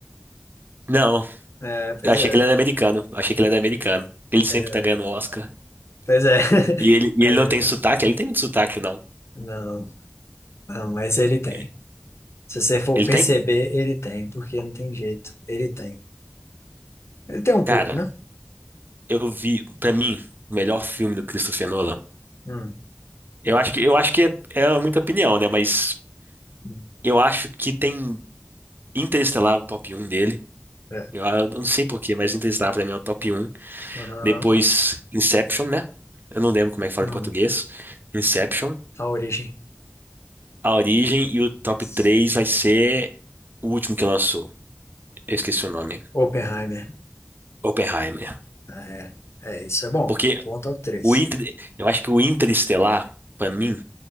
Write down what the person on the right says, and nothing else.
Não,
eu achei
que ele era americano. Eu achei que ele era americano. Ele sempre
tá ganhando Oscar.
E ele, e
ele não
tem
sotaque? Ele tem muito sotaque, não.
É,
Ele
tem?
Cara,
eu vi, pra mim, o melhor filme do Christopher Nolan.
Eu acho que, eu acho que é, é muita opinião, né? Mas
Eu acho que tem Interestelar, o top um dele.
Eu, eu não sei por quê, mas Interestelar pra mim é o top um.
Depois Inception, né? Eu não lembro como é que fala
em português. Inception,
A Origem e o top
3 vai ser o último que lançou. Eu esqueci o nome.
Oppenheimer.
Porque
o Inter, eu acho que o Interestelar, pra mim,